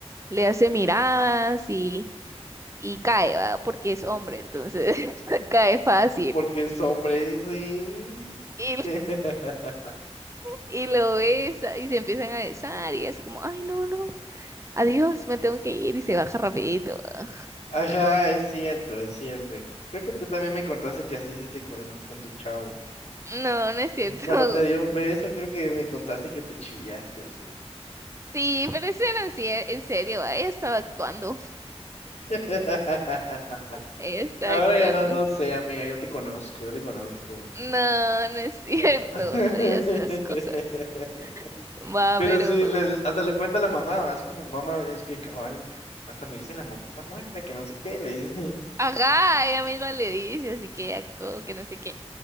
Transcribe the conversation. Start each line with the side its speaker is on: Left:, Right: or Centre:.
Right: le hace miradas y, y cae, ¿va? Porque es
Left: Mm,
Right: hombre, entonces
Left: mm,
Right: <laughs> cae fácil.
Left: Porque es hombre, sí.
Right: Y,
Left: <laughs>
Right: y lo besa y se empiezan a besar y así como, ay, no, no, adiós, me tengo que ir y se baja rapidito. ¿va?
Left: Ajá, es cierto, es cierto. Creo que tú también me contaste que así hiciste con, con tu chavo.
Right: No, no es cierto.
Left: Y Cuando te dio
Right: <laughs>
Left: un beso, creo que me contaste que te chiviaste así.
Right: Sí, pero eso era en, se- en serio, ¿va? Ella estaba actuando,
Left: <laughs>
Right: ella estaba
Left: Ahora
Right: actuando.
Left: ya no, no sé, amiga, yo te conozco, yo te conozco.
Right: No, no es <laughs> cierto,
Left: <laughs>
Right: no digas esas cosas. Va,
Left: Pero
Right: pero...
Left: sí, le- hasta le cuenta a la mamá, así como mamá, es que cabal, hasta me dice la mosquita muerta, que no sé qué, le dice, <laughs>
Right: Ajá, ella misma le dice, así que actuó, que no sé qué.